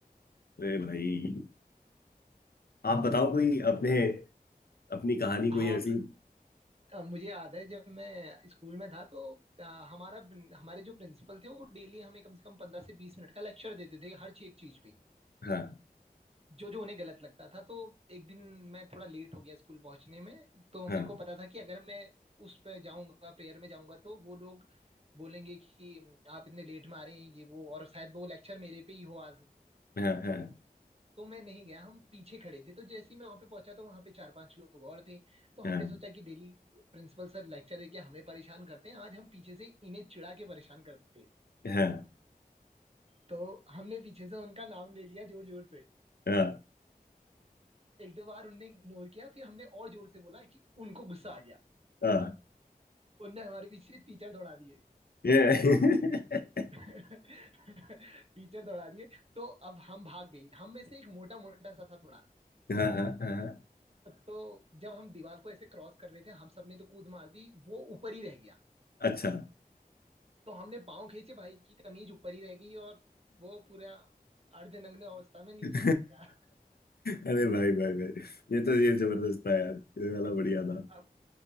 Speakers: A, on the left; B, on the right.
A: अरे भाई आप बताओ कोई अपने
B: तो,
A: अपनी कहानी
B: हाँ
A: कोई ऐसी
B: अ, मुझे याद है जब मैं स्कूल में था तो अ, हमारा हमारे जो प्रिंसिपल थे वो डेली हमें कम से कम पंद्रह से बीस मिनट का लेक्चर देते थे हर चीज एक चीज पे
A: हाँ
B: जो जो उन्हें गलत लगता था तो एक दिन मैं थोड़ा लेट हो गया स्कूल पहुंचने में तो
A: हाँ
B: मेरे को पता था कि अगर मैं उस पे जाऊंगा प्रेयर में जाऊंगा तो वो लोग बोलेंगे कि आप इतने लेट में आ रहे हैं ये वो और शायद वो लेक्चर मेरे पे ही हो आज
A: हाँ हाँ
B: तो मैं नहीं गया हम पीछे खड़े थे तो जैसे ही मैं वहां पे पहुंचा तो वहां पे चार पांच लोग और थे तो हमने
A: हाँ
B: सोचा कि डेली प्रिंसिपल सर लेक्चर देके हमें परेशान करते हैं आज हम पीछे से इन्हें चिढ़ा के परेशान करते हैं।
A: हाँ
B: तो हमने पीछे से उनका नाम ले लिया जोर जोर से
A: हाँ
B: एक दो बार उनने इग्नोर किया फिर हमने और जोर से बोला कि उनको गुस्सा आ गया
A: हाँ
B: उनने हमारे पीछे टीचर दौड़ा दिए
A: ये <laughs>
B: <laughs> टीचर दौड़ा दिए तो अब हम भाग गए हम में से एक मोटा मोटा सा था थोड़ा
A: हाँ हाँ हाँ
B: तो जब हम दीवार को ऐसे क्रॉस कर रहे थे हम सबने तो कूद मार दी वो ऊपर ही रह गया
A: अच्छा
B: तो हमने पाँव खींचे भाई की कमीज ऊपर ही रह गई और वो पूरा अर्धनग्न अवस्था में नीचे
A: <laughs>
B: गिर गया
A: अरे भाई भाई भाई ये तो ये जबरदस्त था यार ये वाला बढ़िया था
B: अब